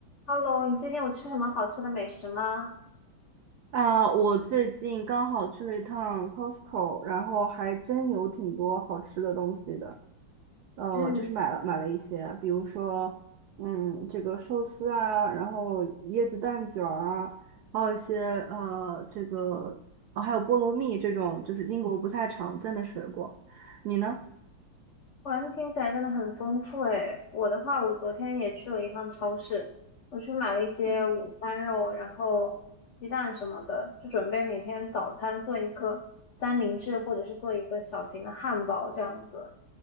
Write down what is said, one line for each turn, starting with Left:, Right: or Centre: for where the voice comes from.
Left: Hello，你最近有吃什么好吃的美食吗？
Right: 啊，我最近刚好去了一趟 Costco，然后还真有挺多好吃的东西的。呃，
Left: 嗯，
Right: 就是买了买了一些，比如说，嗯，这个寿司啊，然后椰子蛋卷儿啊，还有一些呃，这个哦，还有菠萝蜜这种，就是英国不太常见的水果。你呢？
Left: 哇，听起来真的很丰富诶。我的话，我昨天也去了一趟超市，我去买了一些午餐肉，
Right: 嗯，
Left: 然后鸡蛋什么的，就准备每天早餐做一个三明治，或者是做一个小型的汉堡这样子。